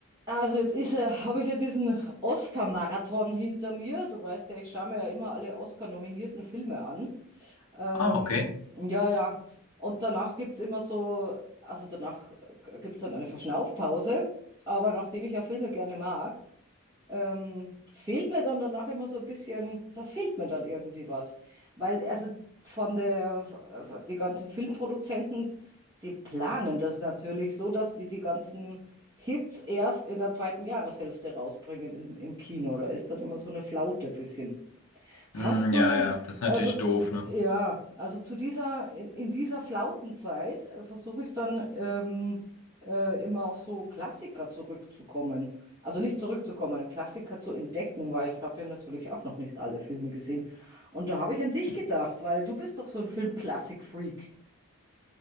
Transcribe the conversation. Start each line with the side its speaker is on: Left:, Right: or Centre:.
Right: Also jetzt ist ja, habe ich ja diesen Oscar-Marathon hinter mir. Du weißt ja, ich schaue mir ja immer alle Oscar-nominierten Filme an. Ähm,
Left: Ah, okay.
Right: ja, ja. Und danach gibt es immer so, also danach gibt es dann eine Verschnaufpause. Aber nachdem ich ja Filme gerne mag, ähm, fehlt mir dann danach immer so ein bisschen, da fehlt mir dann irgendwie was. Weil also von der, die ganzen Filmproduzenten, die planen das natürlich so, dass die die ganzen Hits erst in der zweiten Jahreshälfte rausbringen im, im Kino. Da ist dann immer so eine Flaute ein bisschen. Hast
Left: Hm,
Right: du,
Left: ja, ja, das ist
Right: also
Left: natürlich doof, ne?
Right: ja, also zu dieser, in, in dieser Flautenzeit äh, versuche ich dann ähm, äh, immer auf so Klassiker zurückzukommen. Also nicht zurückzukommen, Klassiker zu entdecken, weil ich habe ja natürlich auch noch nicht alle Filme gesehen. Und da habe ich an dich gedacht, weil du bist doch so ein Filmklassik-Freak.